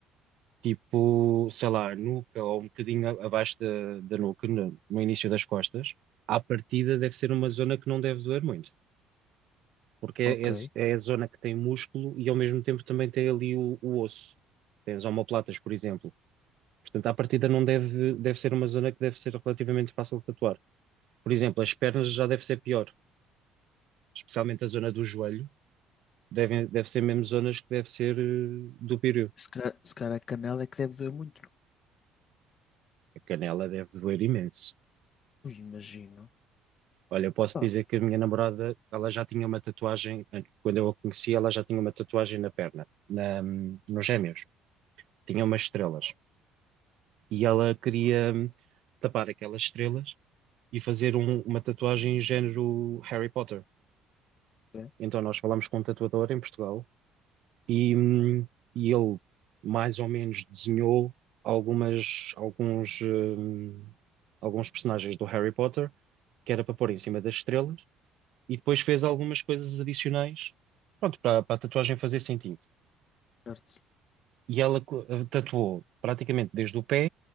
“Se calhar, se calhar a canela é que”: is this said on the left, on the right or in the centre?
Left